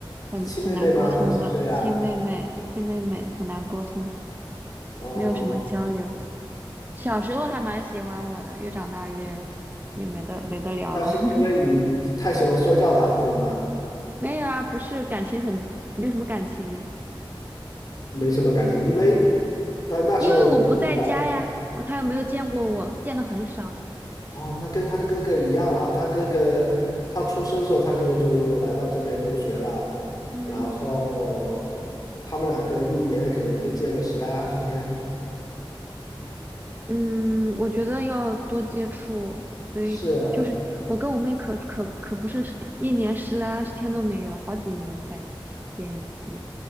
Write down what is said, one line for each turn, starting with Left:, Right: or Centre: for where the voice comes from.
Right: 很很难沟通的，
Left: 是亲妹妹吗？小十岁啊？
Right: 亲妹妹，亲妹妹很难沟通，
Left: 哦，
Right: 没有什么交流。小时候还蛮喜欢我的，越长大越越没得没得聊了。
Left: 那是因为你太喜欢说教他了，
Right: <laughs>
Left: 对吗？
Right: 没有啊，不是感情很，没什么感情，
Left: 没什么感情，因为那那时候你不讲
Right: 因为我不在家呀，我他又没有见过我，见的很少。
Left: 哦，那跟他的哥哥一样啊，他哥哥他出生的时候，他哥哥就来到这边留学了，
Right: 嗯
Left: 然后他们两个一年可能就见个十来二十天。
Right: 嗯，我觉得要多接触，所以就是我跟我妹可可可不是一年十来二十天都没有，
Left: 是，
Right: 好几年才见一次。